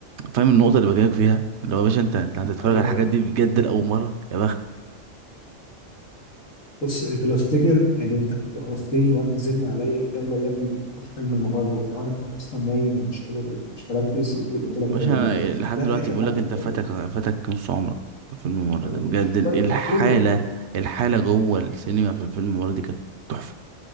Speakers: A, on the right; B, on the left.
A: فاهم النقطه اللي بكلمك فيها اللي هو يا باشا انت انت هتتفرج
B: ايوه
A: على الحاجات
B: ايوه
A: دي بجد لاول مره يا بختك
B: بص انت لو تفتكر يعني انت كنت قرفتني وقت تزن عليا يلا يا ابني بينا نخش فيلم الممر وبتاع وانا كنت اصلا نايم ومش قادر مش مركز قلت لك قلت لك
A: باشا
B: يلا
A: أنا
B: بينا
A: لحد
B: ده
A: دلوقتي
B: اخر
A: بقول
B: حاجه
A: لك
B: شفتها
A: انت فاتك
B: لي
A: فاتك نص عمرك في الفيلم الممر
B: طيب
A: ده بجد
B: ماشي
A: ال-
B: طيب
A: الحاله
B: قول لي
A: الحاله جوه السينما في الفيلم الممر دي كانت تحفه